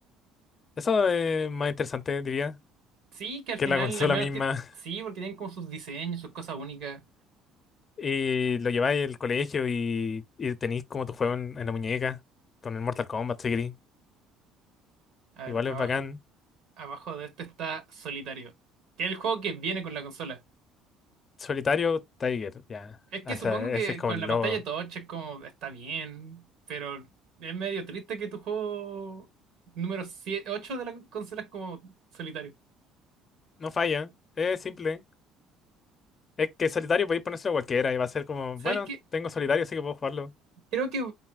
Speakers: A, on the left; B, on the right.
A: Eso es más interesante, diría,
B: sí, que al
A: que
B: final,
A: la consola
B: al menos,
A: misma.
B: ti- sí, porque tienen como sus diseños, sus cosas únicas.
A: Y lo lleváis al colegio y, y tenéis como tu juego en, en la muñeca con el Mortal Kombat, si queréis.
B: A
A: Igual
B: ver, abajo,
A: es bacán.
B: abajo de este está Solitario, que es el juego que viene con la consola.
A: Solitario Tiger, ya.
B: Es que
A: O
B: supongo
A: sea,
B: que
A: ese es como
B: con
A: el
B: la
A: logo.
B: pantalla touch es como, está bien, pero es medio triste que tu juego número 8 de la consola es como Solitario.
A: No falla, es simple. Es que solitario podéis ponérselo a cualquiera y va a ser como,
B: ¿Sabes
A: bueno,
B: qué?
A: tengo solitario, así que puedo jugarlo.
B: Creo que